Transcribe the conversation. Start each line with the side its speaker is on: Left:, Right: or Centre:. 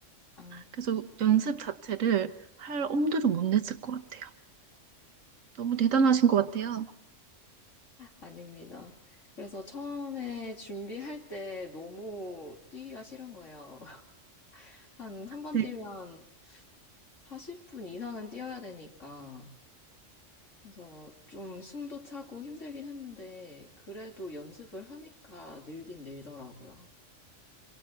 Left: 아,
Right: 그래서 연습 자체를 할 엄두를 못 냈을 것 같아요. 너무 대단하신
Left: 그래서,
Right: 것 같아요.
Left: 아닙니다. 그래서 처음에 준비할 때 너무 뛰기가 싫은 거예요. <laughs> 한, 한 번
Right: 네,
Left: 뛰면 40분 이상은 뛰어야 되니까. 그래서 좀 숨도 차고 힘들긴 했는데, 그래도 연습을 하니까 늘긴 늘더라고요.